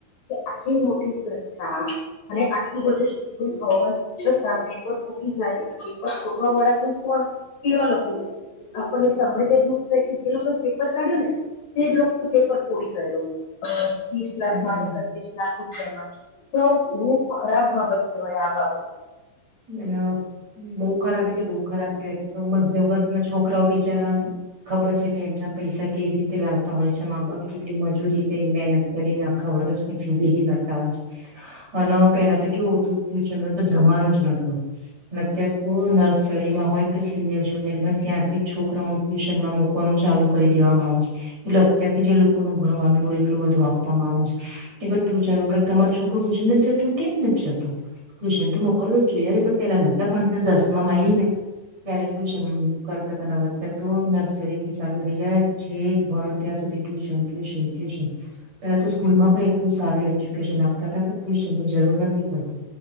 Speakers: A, on the left; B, on the right.
A: આટલી મોટી સંસ્થા અને આટલું બધું સ હોવા છતાં પેપર ફૂટી જાય એટલે પેપર ફોડવા વાળા પણ ખીવા લોકો આપણને સાંભળીને દુઃખ થાય કે જે લોકોએ પેપર કાઢ્યો ને તેજ લોકો પેપર ફોડી કાઢ્યું. ત્રીસ લાખ
B: હમ
A: માણસે ત્રીસ લાખ રૂ તો બઉ ખરાબ બાબત કેવાય આ બાબતને.
B: એ બહુ ખરાબ એટલે બહુ ખરાબ કેવાય ને કે મધ્યમ વર્ગ ના છોકરાઓ બિચારા ખબર છે કે એમના પૈસા કેવી રીતે લાવતા હોય છે મા બાપ કેટલી મજૂરી કરીને મહેનત કરીને આખા વર્ષની ફી ભેગી કરતા હોય. અને પેલા તો કેવું હતું નીચે તો જમાનું જ ન અત્યારે તો નર્સરીમાં હોય કે સિનિયર જુનિયર માં ત્યાંથી છોકરાઓને ટ્યુશનમાં મુકવાનું ચાલુ કરી દેવામાં આવે છે એટલે અત્યારથી જે એ લોકો ન ભણવાનું એટલું બધું આપવામાં આવે છે કે ટ્યૂશન વગર તમાર છોકરું ટ્યૂશન નથી જતું કેમ નથી જતું. ટ્યુશન તો મોકલવું જ જોય યાર પણ પહેલા નતા ભણતા દસ માં એને ત્યારે ટ્યુશન કરતા ત અત્યારે તો નર્સરીથી ચાલુ થઈ જાય પછી તો ભણો ત્યાં આજે ટયુશન ટ્યુશન ટ્યુશન પેલા તો સ્કૂલ માં પણ એટલું સારું એજ્યુકેશન આપતા હતા ટ્યુશન જરૂર નથી પડતી